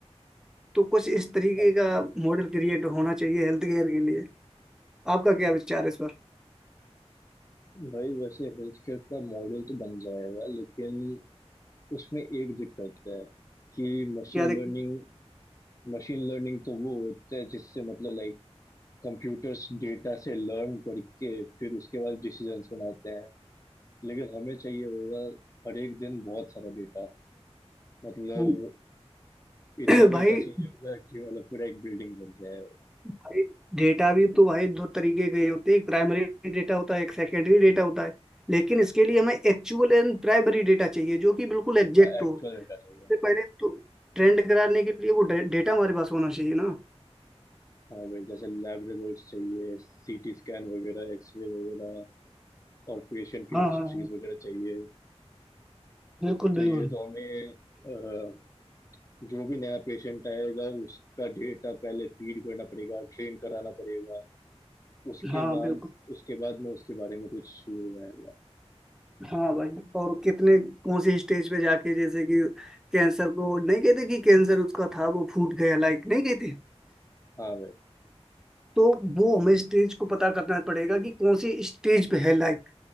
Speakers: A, in the centre; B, on the left.
A: तो कुछ इस तरीके
B: हाँ
A: का मॉडल क्रिएट होना चाहिए हेल्थ केयर के लिए आपका क्या विचार है इस पर
B: भाई वैसे हेल्थ केयर का मॉडल तो बन जाएगा लेकिन उसमें एक दिक्कत है कि मशीन
A: क्या देख
B: लर्निंग मशीन लर्निंग तो वो होता है जिससे मतलब लाइक कंप्यूटर्स डेटा से लर्न करके फिर उसके बाद डिसीजंस बनाते हैं लेकिन हमें चाहिए होगा हर एक दिन बहुत सारा डेटा मतलब
A: <coughs> <clears throat>
B: इतना
A: भाई
B: डेटा चाहिए होगा कि मतलब पूरा एक बिल्डिंग बन जाए
A: भाई डेटा भी तो भाई दो तरीके के होते हैं एक प्राइमरी डेटा होता है एक सेकेंडरी डेटा होता है लेकिन इसके लिए हमें एक्चुअल एंड प्राइमरी डेटा चाहिए जो कि बिल्कुल एग्जैक्ट
B: एक्चुअल
A: हो
B: डेटा चाहिए
A: इससे
B: हमें।
A: पहले तो ट्रेंड कराने के लिए वो डे- डेटा हमारे पास होना चाहिए ना
B: हाँ भाई जैसे लैब रिजल्ट्स चाहिए सीटी स्कैन वगैरह एक्सरे वगैरह और पेशेंट की
A: हाँ
B: हिस्ट्रीज
A: हाँ हाँ,
B: वगैरह चाहिए
A: बिल्कुल
B: तो
A: बिल्कुल
B: ये तो हमें अ, जो भी नया पेशेंट आएगा उसका डेटा पहले फीड करना पड़ेगा ट्रेन कराना पड़ेगा उसके
A: <clears throat> हाँ
B: बाद
A: बिल्कुल
B: उसके बाद मैं उसके बारे में कुछ शुरू रहेगा
A: हाँ भाई और कितने कौन से स्टेज पे जाके जैसे कि कैंसर को नहीं कहते कि कैंसर उसका था वो फूट गया लाइक नहीं कहते
B: हाँ भाई
A: तो वो हमें स्टेज को पता करना पड़ेगा कि कौन सी स्टेज पे है लाइक